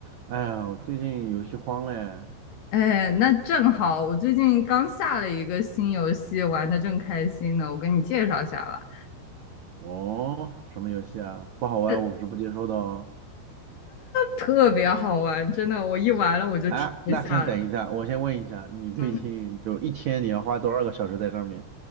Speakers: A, on the right; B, on the left.
A: 哎呀，我最近游戏荒嘞。
B: 哎，那正好，我最近刚下了一个新游戏，玩的正开心呢，我给你介绍一下吧。
A: 哦，什么游戏啊？不好玩，
B: 呃
A: 我是不接受的哦。
B: 特别好玩，真的，我一玩了我就停不下来。
A: 哎，那先等一下，我先问一下，你最近就一天你要花多少个小时在上面？
B: 嗯